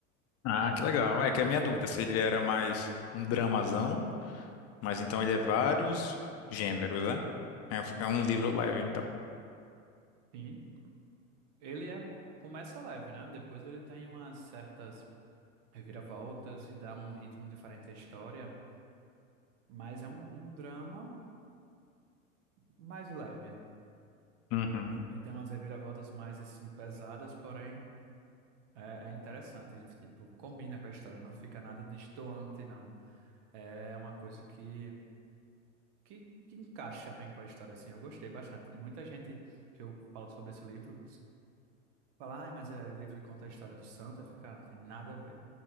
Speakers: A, on the left (about 40°); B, on the right (about 60°).
A: Ah, que legal. É que a minha dúvida, se ele era mais um dramazão Mas então ele é vários gêneros, né? É, é um livro leve, então.
B: Sim, ele é... começa leve, né? Depois ele tem umas certas reviravoltas que dá um ritmo diferente à história, mas é um, um drama mais leve.
A: Uhum.
B: E e tem umas reviravoltas mais, assim, pesadas, porém É, é interessante, tipo, combina com a história, não fica nada destoante, não. É uma coisa que, que, que encaixa bem com a história, assim, eu gostei bastante. E muita gente que eu falo sobre esse livro fala, ai, mas é livro que conta a história do santo, eu fico, "Ah, não tem nada a ver.